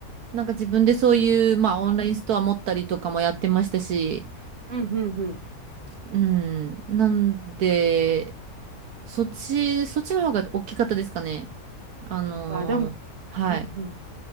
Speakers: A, on the right; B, on the right.
A: なんか自分でそういうまあオンラインストア持ったりとかもやってましたし、
B: うんうんうん。
A: うん。なんで、そっち、そっちの方が大きかったですかね。あのーはい。
B: あ、でも、うんうん。